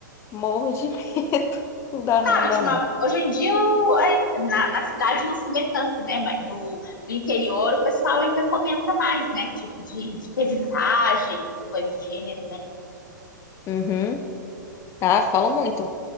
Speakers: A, on the left (about 25°); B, on the left (about 75°).
A: Morro de <laughs> medo. Não dá
B: Claro,
A: não, não dá
B: tipo,
A: não.
B: hoje em dia na, na cidade não se vê tanto, né? Mas no, no interior o pessoal ainda comenta mais, né? Tipo, de, de ter visagens, coisas do gênero, né?
A: Uhum. Ah, falam muito.